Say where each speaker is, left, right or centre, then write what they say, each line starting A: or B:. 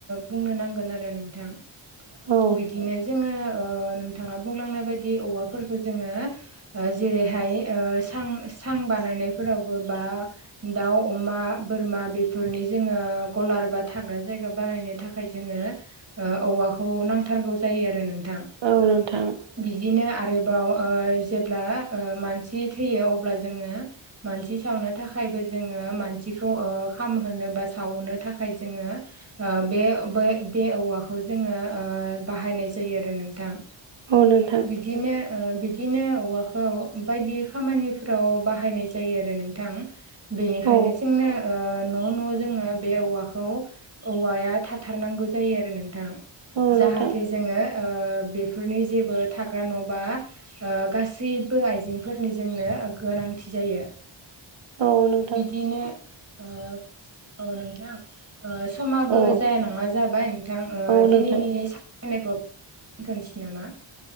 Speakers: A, on the right (about 30°); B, on the right (about 65°).
A: बुंनो नांगोन आरो नोंथां।
B: औ
A: बिदिनो जोङो ओ नोंथाङा बुंलांनाय बायदि औवाफोरखौ जोङो जेरैहाय ओ सां -सां बानायनायफोरावबो बा दाउ, अमा, बोरमा बे -फोरनि जोङो गलार बा थाग्रा जायगा बानायनो थाखाय जोङो ओ औवाखौ नांथारगौ जायो आरो नोंथां।
B: औ नोंथां।
A: बिदिनो आरोबाव ओ जेब्ला ओ मानसि थैयो अब्ला जोङो मानसि सावनो थाखायबो जोङो मानसिखौ ओ खामहोनो बा सावनो थाखाय जोङो ओ बे बे से औवाखौ जोङो बाहायनाय जायो आरो नोंथां।
B: औ नोंथां।
A: बिदिनो ओ बिदिनो औवाखौ बायदि खामानिफ्राव बाहायनाय जायो आरो नोंथां। बेनिखायनो
B: औ
A: जोंनो ओ न' न' जोङो बे औवाखौ औवाया थाथारनांगौ जायो आरो नोंथां।
B: औ
A: जाहाथे
B: नोंथां
A: जोङो ओ बेफोरनि जेबो थाग्रा न' बा ओ गासैबो आइजेंफोरनि जोंनो गोनांथि जायो।
B: औ नोंथां
A: बिदिनो ओ औ नोंथां। समाबो
B: औ
A: जाया नङा जाबाय नोंथां
B: औ
A: दिनैनि
B: नोंथां
A: -नायखौ दोन्थ'नोसै नामा?